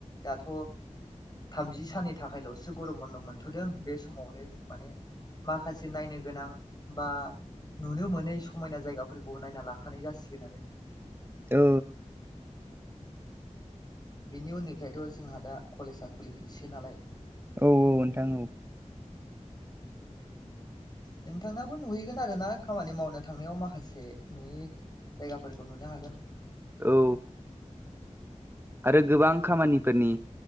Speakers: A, on the left (about 35°); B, on the right (about 20°).
A: दाथ' थामजि साननि थाखायल'सो गर'म बन्द' मोनथ'दों बे समावनो माने माखासे नायनो नो गोनां बा नुनो मोनै समायना जायगाफोरखौ नायना लाखानाय जासिगोन आरो।
B: औ।
A: बिनि उननिफ्रायथ' जोंहा दा कलेजआ खुलिफिनसिगोन नालाय।
B: औ औ नोंथां औ।
A: नोंथांनाबो नुहैगोन आरो ना खामानि मावनो थांनायाव माखासे नुयि जायगाफोरखौ नुनो हागोन।
B: औ। आरो गोबां खामानिफोरनि